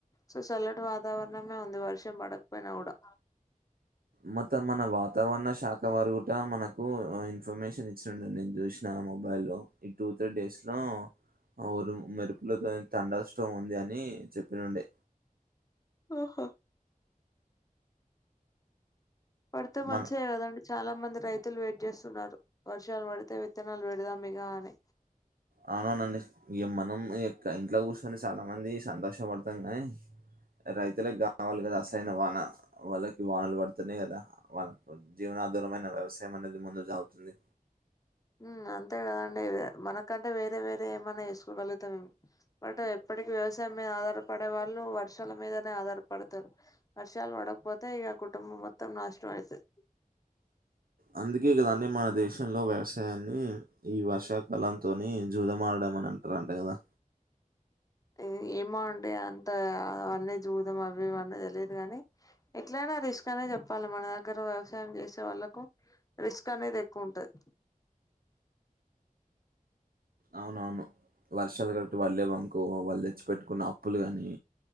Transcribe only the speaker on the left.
సో చల్లటి వాతావరణమే ఉంది వర్షం పడకపోయినా కూడా
ఆహా పడితే మంచిదే
కదండి చాలా మంది రైతులు వెయిట్ చేస్తున్నారు వర్షాలు పడితే విత్తనాలు పెడుదాం ఇగా అని
మ్ అంతే కదండి మనకంటే వేరే వేరే ఏమన్నా వేసుకోగలుగుతాం మేము బట్ ఎప్పు ప్పటికి వ్యవసాయం మీద ఆధారపడే వాళ్ళు వర్షాల మీదనే ఆధారపడతారు వర్షాలు పడకపోతే ఇగ కుటుంబం మొత్తం నాషనం అయితది
మ్ ఏమొ అండి అంత అ అన్నీ చూదాం అవిే ఇవన్నీ తెలియదు కానీ ఎట్లా రిస్క్ అనే చెప్పాలి మన దగ్గర వ్యవసాయం చేసే వాళ్ళలకు రిస్క్ అనేది ఎక్కువ ఉంటది